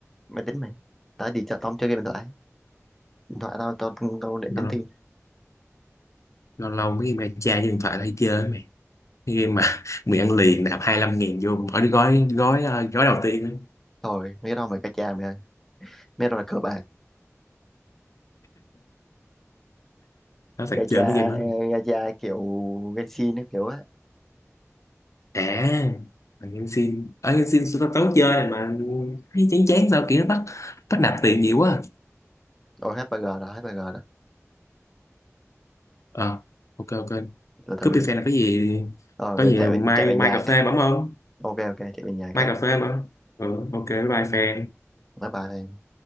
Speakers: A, in the centre; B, on the left.
A: máy tính mày tao đi chợ tao không chơi game điện thoại điện thoại tao tao tao, để
B: lâu
A: nhắn tin
B: lâu lâu mấy game ra trai trên điện thoại là hay chơi mày cái game mà <laughs> mười ăn liền nạp 25 nghìn vô khỏi cái gói gói ờ, gói đầu tiên á.
A: rồi mấy cái đó mày gacha mày ơi. Mét rồi cờ bạc
B: nó thật
A: gacha
B: chơi mấy game đó luôn
A: gacha kiểu Genshin ấy, kiểu á
B: à thằng game xin ở game xin tao tao chơi này mà thấy chán chán sao kiểu nó bắt bắt nạp tiền nhiều quá à.
A: Ôi hết bagger rồi hết bagger rồi
B: ờ ok ok
A: từ từ
B: cướp đi fan là cái gì
A: ờ
B: có
A: để
B: gì
A: chạy
B: mai
A: về- chạy về
B: mai
A: nhà
B: cà phê
A: cái
B: bấm không
A: ok ok chạy về nhà
B: mai
A: cái
B: cà phê bấm ừ ok bye bye fan
A: bye bye